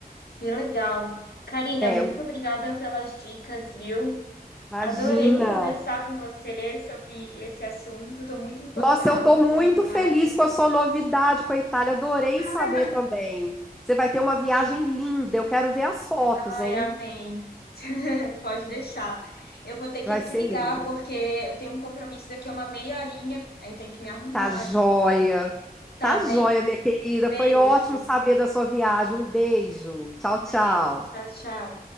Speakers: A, on the left (about 80°); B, in the centre.
A: Que legal. Karina,
B: É,
A: muito
B: eu-
A: obrigada pelas dicas, viu?
B: imagina.
A: Adorei conversar com você sobre esse assunto. Estou muito empolgada,
B: Nossa, eu tô
A: muito
B: muito
A: animada.
B: feliz com a sua novidade com a Itália. Adorei
A: <laughs>
B: saber também. Você vai ter uma viagem linda. Eu quero ver as fotos,
A: Ai,
B: hein?
A: amém. <laughs> Pode deixar. Eu vou ter
B: Vai
A: que desligar
B: ser lindo.
A: porque eu tenho um compromisso daqui a uma meia horinha. Aí eu tenho que me arrumar
B: Tá joia.
A: e tudo mais. Tá
B: Tá
A: bem?
B: joia, minha querida.
A: Beijo.
B: Foi ótimo saber da sua viagem. Um beijo. Tchau,
A: Beijo.
B: tchau.
A: Tchau, tchau.